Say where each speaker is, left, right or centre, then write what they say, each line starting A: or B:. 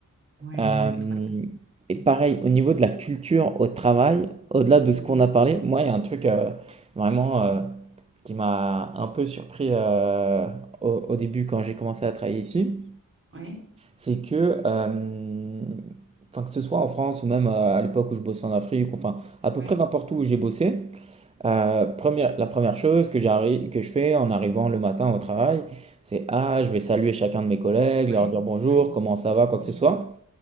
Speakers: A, on the right; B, on the right.
A: ouais,
B: Euh,
A: trois-
B: et pareil, au niveau de la culture au travail, au-delà de
A: Mm.
B: ce qu'on a parlé, moi, il y a un truc euh, vraiment euh, qui m'a un peu surpris euh, au, au début quand j'ai commencé à travailler ici,
A: ouais,
B: c'est que, euh, enfin, que ce soit en France ou même euh, à l'époque où je bossais en Afrique, enfin, à peu
A: ouais,
B: près n'importe où où j'ai bossé, euh, première, la première chose que j'arrive, que je fais en arrivant le matin au travail, c'est, ah, je vais saluer chacun de mes collègues, leur
A: ouais,
B: dire bonjour,
A: ouais,
B: comment ça va, quoi
A: Mhm.
B: que ce soit.